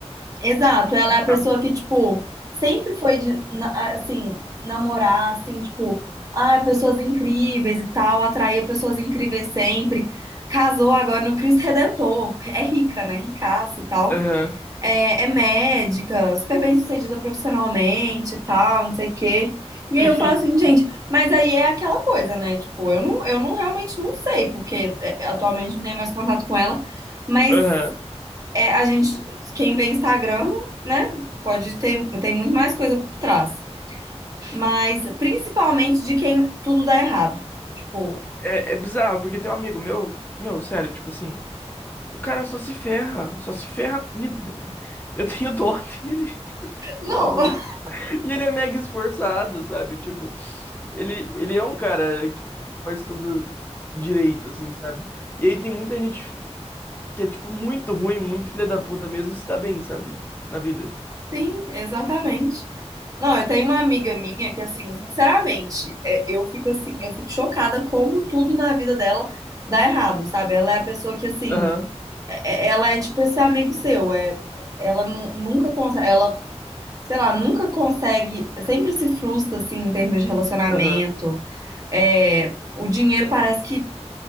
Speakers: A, on the right (about 30°); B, on the left (about 15°).
A: Exato, ela é a pessoa
B: Ah,
A: que, tipo, sempre foi de, na- assim, namorar, assim, tipo, ah, pessoas incríveis e tal, atraía pessoas incríveis sempre. Casou agora no Cristo Redentor, é rica, né? Ricaça e tal.
B: Aham.
A: É, é médica, super bem-sucedida profissionalmente e tal, não sei o quê. E
B: <laughs>
A: aí eu falo assim, gente, mas aí é aquela coisa, né? Tipo, eu não, eu não realmente não sei, porque é, atualmente não tenho mais contato com ela, mas
B: Aham.
A: é, a gente, quem vê Instagram, né, pode ter, tem muito mais coisa por trás. Mas principalmente de quem tudo dá errado. Tipo,
B: É, é bizarro, porque tem um amigo meu, meu, sério, tipo assim, o cara só se ferra, só se ferra na vida. né? Eu tenho dó dele, <laughs> dó,
A: não,
B: não
A: <laughs>
B: sei. E ele é mega esforçado, sabe? Tipo, ele, ele é um cara que faz tudo direito, assim, sabe? E aí tem muita gente que é, tipo, muito ruim, muito filha da puta mesmo, se dá bem, sabe? Na vida.
A: sim, exatamente. Não, eu tenho uma amiga minha que, assim, sinceramente, é, eu fico assim, eu fico chocada como tudo na vida dela dá errado, sabe? Ela é a pessoa que, assim,
B: Aham.
A: é- é- ela é tipo esse amigo seu, é, ela nu- nunca consegue, ela, sei lá, nunca consegue, sempre se frustra, assim, em termos de relacionamento.
B: Aham.
A: é, o dinheiro parece que